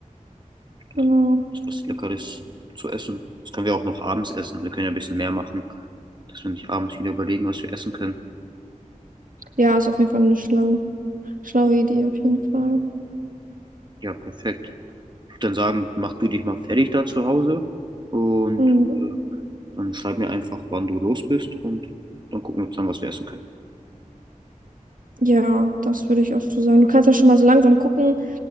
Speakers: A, on the right (about 35°); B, on the right (about 80°).
A: und
B: genau.
A: dann was Leckeres zu essen. Das können wir auch noch abends essen. Wir können ja ein bisschen mehr machen, dass wir nicht abends wieder überlegen, was wir essen können.
B: Ja, ist auf jeden Fall eine schlau, schlaue Idee, auf jeden Fall.
A: Ja, perfekt. Ich würde dann sagen, mach du dich mal fertig da zu Hause und
B: Mhm.
A: äh, dann schreib mir einfach, wann du los bist und dann gucken wir zusammen, was wir essen können.
B: Ja, das würde ich auch so sagen. Du kannst ja schon mal so langsam gucken,